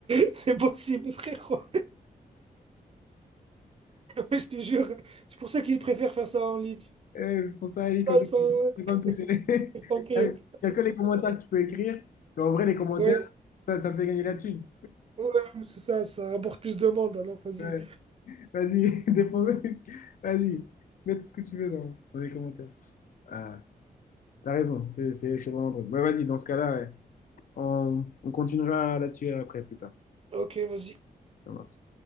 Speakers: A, on the right; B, on the left.
A: <laughs> C'est possible, frérot. Ouais, je te jure. C'est pour ça qu'ils préfèrent faire ça en ligne.
B: Eh, ils font ça, ils, comme
A: Ça,
B: ça,
A: ils sont...
B: ils vont pas me toucher.
A: ouais.
B: <laughs>
A: <laughs> Tant que...
B: Il n'y a que les commentaires que tu peux écrire, mais en vrai, les commentaires,
A: Ouais,
B: ça, ça me fait gagner la thune.
A: ouais, c'est ça, ça rapporte plus de monde, alors vas-y.
B: Ouais. Vas-y, <laughs> défonce. Vas-y, mets tout ce que tu veux dans, dans les commentaires. Ah, t'as raison, c'est c'est- c'est vraiment drôle. Ouais, vas-y, dans ce cas-là, ouais. On, on continuera là-dessus après, plus tard.
A: Ok, vas-y.
B: Ça marche.